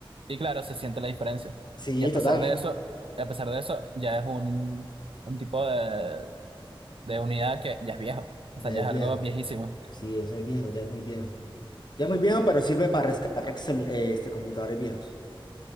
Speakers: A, on the right; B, on the left.
A: y claro, se siente la diferencia.
B: Sí,
A: Y a
B: total.
A: pesar de eso, a pesar de eso, ya es un, un tipo de de unidad que ya es viejo, o
B: Ya
A: sea, ya
B: es
A: es algo
B: viejo.
A: viejísimo.
B: Sí, eso es viejo, ya es muy viejo. Ya es muy viejo, pero sirve para rescatar excel- eh, este, computadores viejos.